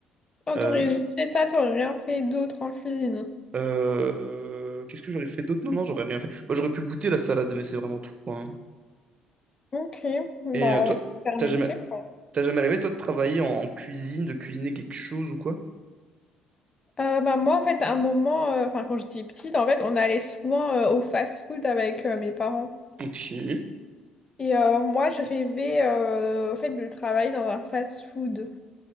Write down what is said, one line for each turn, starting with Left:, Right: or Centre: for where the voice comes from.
Left: Oh,
Right: Euh,
Left: t'aurais juste fait ça, t'aurais rien fait d'autre en cuisine.
Right: euh, qu'est-ce que j'aurais fait d'autre? Non, non, j'aurais rien fait. Moi, j'aurais pu goûter la salade, mais c'est vraiment tout, quoi. hein.
Left: Ok,
Right: Et
Left: bah,
Right: euh, toi,
Left: super
Right: t'as
Left: métier,
Right: jamais,
Left: quoi.
Right: t'as jamais rêvé, toi, de travailler en en cuisine, de cuisiner quelque chose ou quoi?
Left: Euh, bah, moi, en fait, à un moment, euh, enfin, quand j'étais petite, en fait, on allait souvent euh, au fast-food avec euh, mes parents.
Right: Ok,
Left: Et euh, moi, je rêvais, euh, en fait, de travailler dans un fast-food.